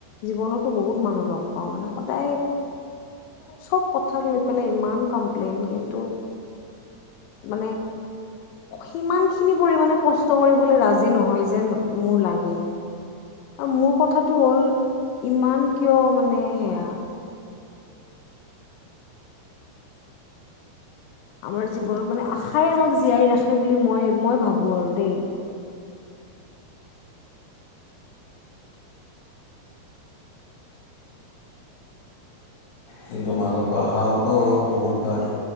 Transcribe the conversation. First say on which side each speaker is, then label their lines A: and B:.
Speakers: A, on the left; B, on the left.
A: জীৱনতো বহুত মানুহ লগ পাওঁ, মানে সদায় চ'ব কথাক লৈ পেলাই ইমান কমপ্লেইন কিন্তু। মানে সিমান খিনি পৰিমানে কষ্ট কৰিবলৈ ৰাজি নহয়। যেন মোৰ লাগে আৰু মোৰ কথাটো হ'ল ইমান কিয় মানে সেয়া আমাৰ জীৱনত মানে আশাই আমাক জীয়াই ৰাখে বুলি মই মই ভাবোঁ আৰু দেই।
B: কিন্তু, মানুহক পঢ়াওঁতে হ'ল বহুতবাৰ